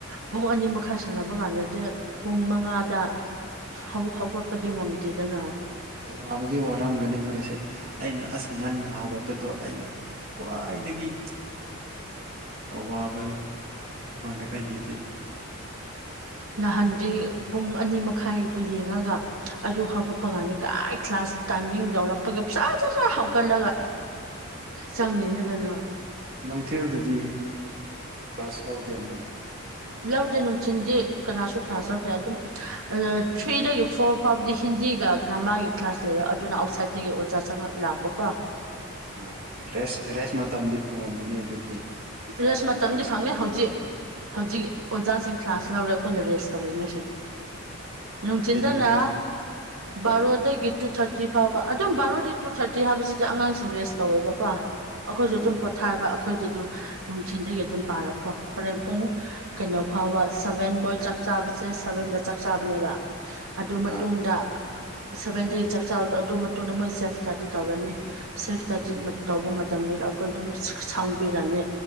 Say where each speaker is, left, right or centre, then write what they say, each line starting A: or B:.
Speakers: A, on the right; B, on the right.
A: ꯄꯨꯡ ꯑꯅꯤ ꯃꯈꯥꯏ ꯁꯥꯟꯅꯕ ꯀꯥꯟꯗꯗꯤ ꯄꯨꯡ ꯃꯉꯥꯗ ꯍ ꯍꯧꯒꯠꯄꯗꯤ ꯉꯝꯗꯦꯗꯅ
B: ꯑ ꯋꯥꯕꯨꯗꯤ ꯋꯥꯔꯝꯒꯅꯤ ꯅꯣꯏꯁꯦ ꯑꯩꯅ ꯑꯁ ꯉꯟꯅ ꯍꯧꯒꯠꯄꯗꯣ ꯑꯩꯅ ꯈ꯭ꯋꯥꯏꯗꯒꯤ ꯑꯋꯥꯕ ꯊꯕꯛꯅꯤ ꯑꯩꯒꯤꯗꯤ
A: ꯅꯍꯥꯟꯗ ꯄꯨꯡ ꯑꯅꯤ ꯃꯈꯥꯏꯗꯣ ꯌꯦꯡꯉꯒ ꯑꯗꯨ ꯍꯥꯀꯠꯄ ꯀꯥꯟꯅꯤ ꯀꯗꯥꯥꯏ ꯀ꯭ꯂꯥꯁ ꯇꯥꯏꯃꯤꯡ ꯇꯧꯔ ꯄꯒ <unintelligible> ꯍꯥꯎꯀꯠꯂꯒ ꯆꯪꯉꯤꯅ ꯀꯩꯅꯣ
B: ꯅꯨꯡꯊꯤꯜꯗꯗꯤ ꯀ꯭ꯂꯥꯁ ꯂꯧꯗ꯭ꯔꯣ ꯅꯣꯏ
A: ꯂꯧꯗ꯭ꯔꯦ ꯅꯨꯡꯊꯤꯟꯗꯤ ꯀꯅꯥꯁꯨ ꯀꯅꯥ
B: ꯑꯥ
A: ꯂꯧꯗ꯭ꯔꯦ ꯑꯗꯨꯝ ꯊ꯭ꯔꯤꯗꯒꯤ ꯐꯣꯔ ꯐꯥꯎꯕꯗꯤ ꯍꯤꯟꯗꯤꯒ ꯒ꯭ꯔꯥꯃꯥꯒꯤ ꯀ꯭ꯂꯥꯁ ꯂꯩ ꯑꯗꯨꯨꯅ ꯑꯥꯎꯁꯥꯏꯗꯇ
B: ꯑꯥ
A: ꯑꯣꯖꯥ ꯁ ꯂꯥꯛꯄ ꯀꯣ
B: ꯑ ꯔꯦꯁ ꯔꯦꯁ ꯃꯇꯝꯗꯤ ꯐꯪꯉꯝꯒꯅꯤ ꯑꯗꯨꯗꯤ
A: ꯔꯦꯁ ꯃꯇꯝꯗꯤ
B: ꯀ꯭ꯂꯥꯁ
A: ꯐꯪꯉꯦ
B: ꯂꯧꯗ꯭ꯔꯗꯤ
A: ꯍꯧꯖꯤꯛ ꯍꯧꯖꯤꯛ ꯑꯣꯖꯥꯁꯤꯡ ꯀ꯭ꯂꯥꯁ ꯂꯧꯔꯦ ꯑꯩꯈꯣꯏꯅ ꯔꯦꯁ ꯇꯧꯔꯛ ꯅꯣꯏꯁꯦ ꯅꯨꯡꯊꯤꯟꯗꯅ
B: ꯇꯤ ꯅꯨꯡꯊꯤꯜ <unintelligible>
A: ꯕꯥꯔꯣꯗꯒꯤ ꯇꯨ ꯊꯥꯔꯇꯤ ꯐꯥꯎꯕ ꯑꯗꯨꯝ ꯕꯥꯔꯣꯗꯒꯤ ꯇꯨ ꯊꯥꯔꯇꯤ ꯍꯥꯏꯕꯁꯤꯗꯤ ꯑꯉꯥꯡꯁꯤꯡ ꯔꯦꯁ ꯇꯧꯋꯦꯕꯀꯣ ꯑꯩꯈꯣꯏꯁꯨ
B: ꯑꯥ
A: ꯑꯗꯨꯝ ꯄꯣꯊꯥꯕ ꯑꯩꯈꯣꯏꯗꯤ ꯑꯗꯨꯝ ꯅꯨꯡꯊꯤꯟꯜꯗꯒꯤ ꯑꯗꯨꯝ ꯄꯥꯔꯛꯈ꯭ꯔꯣ ꯍꯣꯔꯦꯟ ꯄꯨꯡ ꯀꯩꯅꯣ ꯐꯥꯎꯕ ꯁꯚꯦꯟ ꯃꯣꯏ ꯆꯥꯛ ꯆꯥꯕꯁꯦ ꯁꯚꯦꯟꯗ ꯆꯥꯛ ꯆꯥꯕꯅꯦꯕ ꯑꯗꯨ ꯃꯇꯨꯡꯗ
B: ꯑꯥ
A: ꯁꯚꯦꯟ ꯗꯦ ꯆꯥꯛꯆꯥꯔꯗꯣ ꯑꯗꯨ ꯃꯇꯨꯡꯗ ꯃꯣꯏ ꯁꯦꯐꯇꯗꯤ ꯇꯧꯔꯅꯤ ꯁꯦꯜꯐ ꯏꯁꯇꯗꯤ
B: ꯎꯝ
A: ꯇꯧꯕ ꯃꯇꯝꯗ ꯑꯩꯈꯣꯏ ꯑꯗꯨꯝꯕꯨ ꯁꯥꯡꯕꯤꯔꯅꯤ